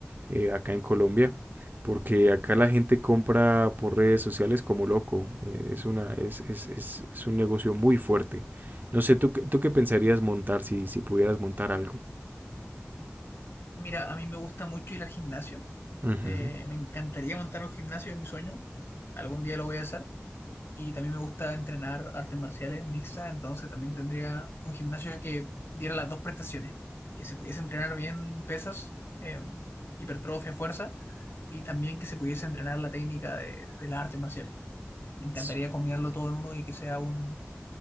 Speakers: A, on the right (about 45°); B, on the left (about 65°).
A: eh, acá en Colombia, porque acá la gente compra por redes sociales como loco. Eh, es una, es, es, es, es un negocio muy fuerte. No sé, ¿tú, qué- tú qué pensarías montar si, si pudieras montar algo?
B: Mira, a mí me gusta mucho ir al gimnasio.
A: Ujú.
B: Eh, me encantaría montar un gimnasio en mi sueño. Algún día lo voy a hacer. Y también me gusta entrenar artes marciales mixtas, entonces también tendría un gimnasio que diera las dos prestaciones, que se pudiese entrenar bien pesas, eh, hipertrofia, fuerza, y también que se pudiese entrenar la técnica de, de las artes marciales. Me encantaría
A: S-
B: combinarlo todo en uno y que sea un,